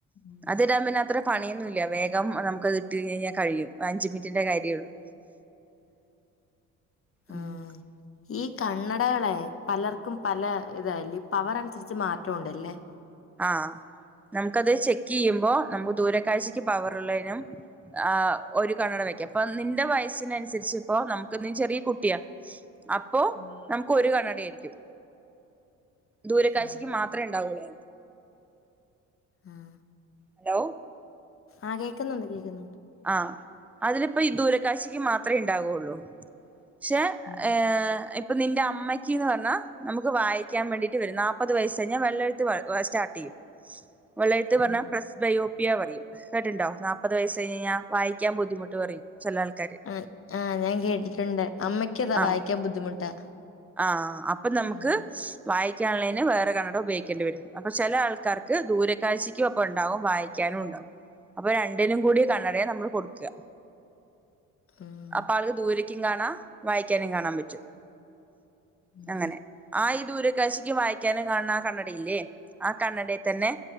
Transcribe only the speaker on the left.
ഉം.
ആഹ്
ഈ കണ്ണടകളെ പലർക്കും പല ഇതാല്ലേ പവർ അനുസരിച്ച് മാറ്റം ഉണ്ടല്ലേ
ആഹ്
ആഹ്
ആഹ്
ആഹ് കേക്കുന്നുണ്ട് കേൾക്കുന്നുണ്ട്
ഉം
ഉം
ആ ആഹ് ഞാൻ കേട്ടിട്ടുണ്ട് അമ്മയ്ക്കതാ
വായിക്കാൻ ബുദ്ധിമുട്ടാ
ഉം
ഉം
ഉം